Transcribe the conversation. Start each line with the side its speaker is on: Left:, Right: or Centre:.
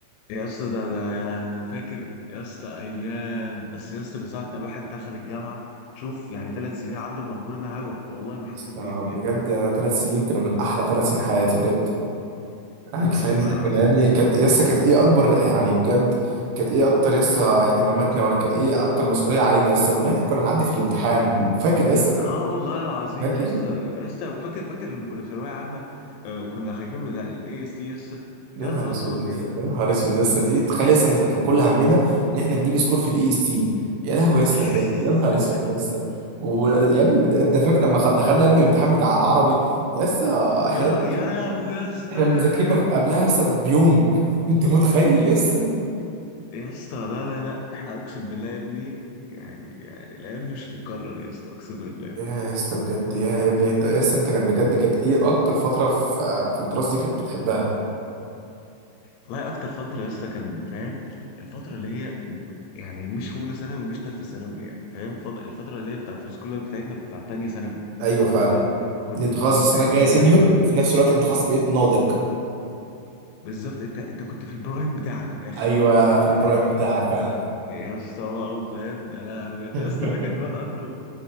Left: يا اسطى ده ده يا لهوي فاكر يا اسطى ايام بس يا اسطى من ساعه ما الواحد دخل الجامعه شوف يعني ثلاث سنين عدوا من عمرنا هوا والله ما حسيت
Right: بس
Left: بيهم
Right: بجد
Left: يا ابني
Right: انا ثلاث سنين كانوا من احلى ثلاث سنين حياتي بجد يعني
Left: اه
Right: كفايه
Left: والله
Right: ان احنا
Left: العظيم
Right: كنا يا ابني كانت يسا كانت ايه اكبر يعني بجد كانت ايه اكتر يسا اهتماماتنا ولا كان ايه اكتر مسؤوليه علينا يسا كنا احنا كنا نعدي في الامتحان فاكر
Left: يا
Right: يسا
Left: اسطى اه والله العظيم
Right: فاكر
Left: يا اسطى يا اسطى وفاكر فاكر لما كنا في ثانويه عامه آه، وكنا خايفين من الاي اس تي يا اسطى
Right: يا
Left: يا
Right: نهار
Left: نهار
Right: اسود
Left: ابيض
Right: يا اسطى يا نهار اسود يا اسطى لقيت تخيل يا اسطى ان احنا كان كل همنا ان احنا نجيب سكور في الاي اس تي يا لهوي يا اسطى
Left: <laughs>
Right: بجد يا نهار اسود يا اسطى و- يا ابني ده ده فاكر لما خ- دخلنا يا ابني الامتحان بتاع العربي يا اسطى احنا
Left: يا ل- يا لهوي يا اسطى
Right: احنا
Left: يا
Right: مذاكرين
Left: لهوي
Right: ما في- قبلها يا اسطى بيوم <laughs> انت متخيل يا اسطى
Left: يا اسطى لا لا لا احنا اقسم بالله يا ابني يعني يعني الايام دي مش هتتكرر يا اسطى اقسم بالله
Right: يا يا اسطى بجد يا يا ابني انت- يا اسطى انت كان بجد كانت ايه اكتر فتره في في الدراسه دي كانت بتحبها
Left: والله اكتر فتره يا اسطى كان فاهم الفتره اللي هي م- يعني مش في اولى ثانوي ومش ثالثه ثانوي يعني فاهم فض- الفتره اللي هي بتاعت السكول لايف بتاعتنا بتاعت ثانيه ثانوي
Right: ايوه فعلا
Left: فاهم كنا
Right: ان انت خلاص
Left: كنا
Right: السنه
Left: ساعتها
Right: الجايه
Left: في الوقت
Right: سينيور
Left: ده
Right: وفي نفس الوقت انت خلاص بقيت ناضج
Left: بالظبط انت انت كنت في البرايم بتاعك من الاخر
Right: ايوه في
Left: فاهم
Right: البرايم بتاعك فعلا
Left: يا اسطى بقى وفاهم يا لهوي يا
Right: <laughs>
Left: اسطى فاكر الواد اندرو